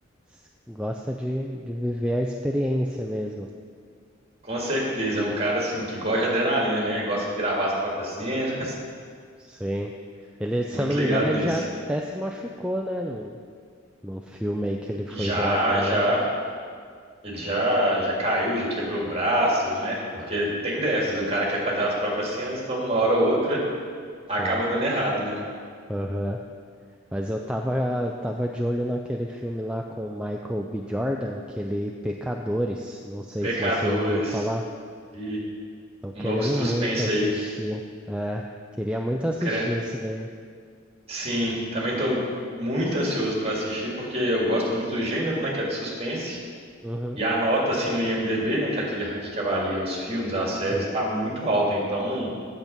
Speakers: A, in the centre; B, on the right (about 30°).
A: S- Gosta de, de viver a experiência mesmo.
B: Com certeza, é um cara assim que gosta de adrenalina, né? Gosta de gravar as próprias cenas.
A: Sim. Ele,
B: <laughs>
A: se
B: Muito
A: eu não me
B: ligado
A: engano, ele
B: nisso.
A: já até se machucou, né? Num filme aí que ele foi
B: Já,
A: gravar
B: já.
A: lá.
B: Ele já, já caiu, já quebrou o braço, né? Porque tem dessas, o cara quer fazer as próprias cenas, então uma hora ou outra
A: Sim.
B: acaba dando errado, né?
A: Aham. Mas eu tava, tava de olho naquele filme lá com o Michael B. Jordan, aquele Pecadores. Não sei
B: Pecadores
A: se você ouviu falar.
B: e
A: Tô
B: um
A: querendo
B: novo suspense
A: muito assistir.
B: aí.
A: É, queria muito assistir
B: Tô querendo,
A: esse daí.
B: Sim, também tô muito ansioso para assistir porque eu gosto muito do gênero, né, que é de suspense.
A: Uhum.
B: E a nota assim no IMDb, né, que é aquele ranking que avalia os filmes, as séries,
A: Sim,
B: tá muito alta, então